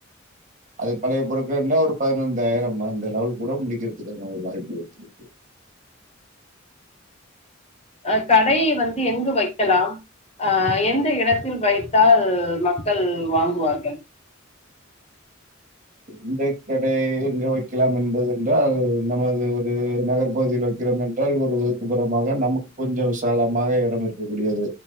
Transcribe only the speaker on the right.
அது பழைய பொருக்கண்டா ஒரு பதினைந்தாயிரம் அந்த லெவல் குட முடிக்கிறதுக்கான ஒரு வாய்ப்புகள்ச்சிருக்கு
இந்த கடை எங்க வைக்கலாம் என்பது என்றால் நமது ஒரு நகர்ப்பகுதியில் வைக்கிறோம் என்றால் ஒரு ஒதுக்குப்புறமாக நமக் கொஞ்சோம் விசாலமாக எடம் இருக்கக்கூடியது